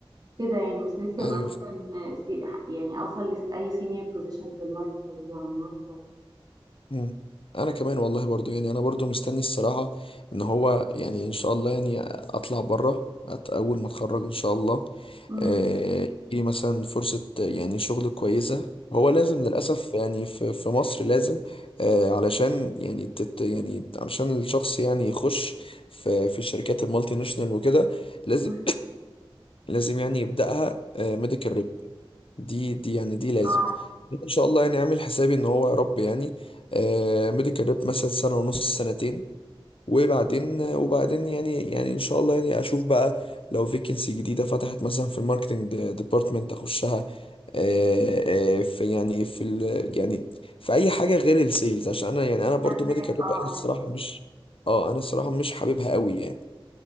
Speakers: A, on the right (about 40°); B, on the left (about 70°).
A: كده يعني بس نفسي
B: ايوه
A: ابقى مثلا سي... يعني اوصل لاي سينيور بوزيشن في الماركتنج يعني وانت
B: مم. انا كمان والله برضو يعني انا برضو مستني الصراحة ان هو يعني ان شاء الله يعني اطلع بره أت- اول ما اتخرج ان شاء الله
A: مم.
B: آه، يجيلي مثلا فرصة يعني شغل كويسة هو لازم للأسف يعني في في مصر لازم آه، علشان يعني تت يعني علشان الشخص يعني يخش في في الشركات المالتي ناشونال وكده لازم
A: مم.
B: لازم يعني يبدأها ميديكال دي دي يعني دي لازم
A: اه
B: ان شاء الله يعني اعمل حسابي ان هو يا رب يعني آه ميديكال ريب مثلا سنه ونص سنتين وبعدين وبعدين يعني يعني ان شاء الله يعني اشوف بقى لو فيكنسي جديده فتحت مثلا في الماركتنج ديبارتمنت اخشها آه آه في يعني في ال يعني في اي حاجه غير السيلز عشان انا يعني انا برضو
A: فاهمك
B: ميديكال ريب
A: اه
B: انا الصراحه مش اه انا الصراحه مش حاببها قوي يعني